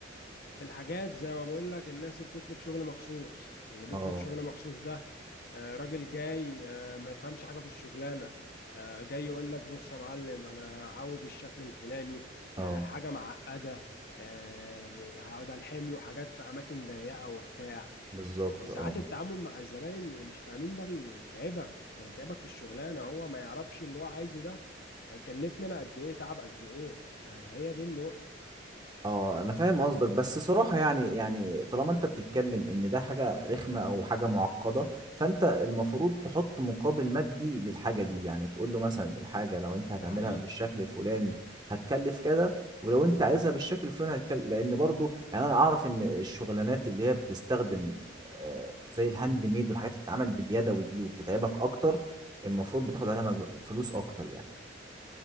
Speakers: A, on the left; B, on the right.
A: في الحاجات زي ما بقول لك الناس اللي بتطلب شغل مخصوص اللي بيطلب
B: اه
A: شغل مخصوص ده آه، راجل جاي آه، ما يفهمش حاجة في الشغلانة آه، جاي يقول لك بص يا معلم انا عاوز الشكل الفلاني
B: اه
A: آه، حاجة معقدة آه، هقعد الحم له حاجات في اماكن ضيقة وبتاع
B: بالظبط
A: وساعات
B: اه
A: التعامل مع الزباين اللي مش فاهمين ده بيتعبك بيتعبك في الشغلانة هو ما يعرفش اللي هو عايزه ده هيكلفني انا قد ايه تعب قد ايه فهي دي النقطة
B: اه انا فاهم قصدك بس صراحة يعني يعني طالما انت بتتكلم ان ده حاجة رخمة او حاجة معقدة فانت المفروض تحط مقابل مادي للحاجة دي يعني تقول له مثلا الحاجة لو انت هتعملها
A: ده حقيقي
B: بالشكل الفلاني هتكلف كذا ولو انت عايزها بالشكل الفلاني هتكلف لان برضو يعني انا اعرف ان الشغلانات اللي هي بتستخدم آه، زي الهاند ميد والحاجات اللي بتتعمل باليدوي دي وبتتعبك اكتر المفروض بتاخد عليها مجهو- فلوس اكتر يعني